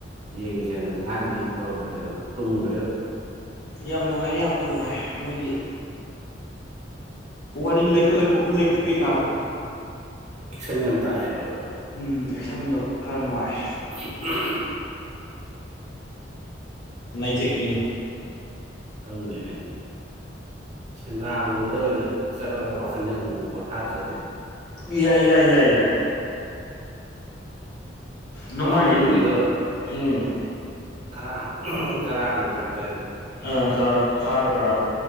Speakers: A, on the right (about 40°); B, on the left (about 60°).
A: ꯌꯦꯡꯒꯦꯅ ꯉꯔꯥꯡꯗꯤ ꯇꯧꯔꯝꯕꯅꯦ ꯑꯗꯣ ꯇꯨꯝꯒꯔꯦ ꯑꯗꯨꯝ
B: ꯌꯥꯝ ꯅꯨꯡꯉꯥꯏ ꯌꯥꯝ ꯅꯨꯡꯉꯥꯏ ꯃꯣꯏꯒꯤ ꯋꯥꯔꯤ ꯂꯩꯈꯠꯂꯛꯄ ꯈꯨꯜ ꯂꯩꯈꯠ ꯀꯩ ꯀꯥꯗꯣ
A: ꯑꯦꯛꯁꯟ ꯌꯥꯝ ꯇꯥꯏ ꯍꯥꯏꯌꯦꯕ
B: ꯎꯝ ꯑꯦꯛꯁꯟꯗꯣ ꯈꯔ ꯅꯨꯡꯉꯥꯏ
A: <unintelligible>
B: ꯅꯩꯊꯦꯛꯄꯤꯅꯤ
A: ꯈꯪꯗꯦꯅꯦ ꯁꯦꯟꯗ꯭ꯔꯥꯒꯨꯝꯕꯗ ꯑꯣꯏꯅ ꯆꯠꯂꯒ ꯋꯥꯈꯟꯖꯦ ꯑꯃꯨ ꯃꯨꯛ ꯄꯣꯊꯥꯗ꯭ꯔꯗꯤ
B: ꯌꯥꯏ ꯌꯥꯏ ꯌꯥꯏ ꯌꯥꯏ ꯅꯣꯡꯃꯥꯏꯖꯤꯡ
A: ꯑꯃ ꯃꯅꯨꯡꯒꯤꯗꯣ
B: ꯎꯝ
A: ꯀꯔꯥꯡ ꯀꯔꯥꯡꯗ ꯍꯥꯏꯕꯗꯥꯏꯅꯦ
B: ꯑ ꯀꯔꯥꯡ ꯊꯥꯡꯒ ꯀꯔꯥꯡ